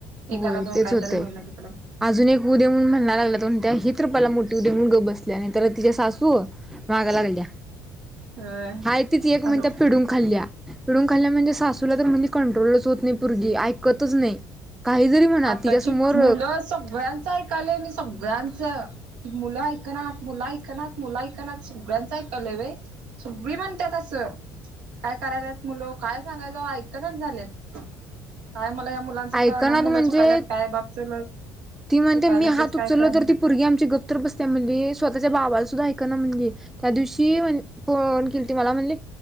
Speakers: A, on the right; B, in the centre.
A: एकाला
B: होय
A: दोन
B: तेच
A: काहीतरी
B: होतंय
A: होईल ना तिकडं.
B: अजून एक होऊ देऊन म्हणयला लागला तण ही तर पहिला मोठी होऊ दे म्हणून गप्प बसल्या आणि तर तिचे सासू, माग लागल्या.
A: होय
B: हा तिथ एक म्हणजे
A: असंच
B: पिडुन खाल्ल्या, पिडुन खाल्ल्या म्हणजे. सासूला तर म्हणजे. कंट्रोलच होत नाही पोरगी ऐकतच नाही. काही जरी म्हणा
A: आताची
B: तिच्यासमोर
A: मुलं सगळ्यांच ऐकायलंय मी सगळ्यांच की मुलं ऐकना, मुला ऐकनात, मुला ऐकना सगळ्यांच ऐकलं व. सगळी म्हणतात असं. काय करायलात मुलं काय सांगायचं ऐकनच झालेत. काय मला या मुलांच
B: ऐकनात
A: कळना मुलं
B: म्हणजे,
A: चुकायल्यात काय बाप चुलत
B: ती म्हणतेे
A: चुकायल्यात
B: मी हात
A: तेच काय
B: उचललो
A: कळना
B: तर त पोरगी आमची गप्प तर बसत्या म्हणली. स्वतःच्या बाबाला सुद्धा ऐकेना म्हणली. त्या दिवशी म्हण फोन केलती मला म्हणले.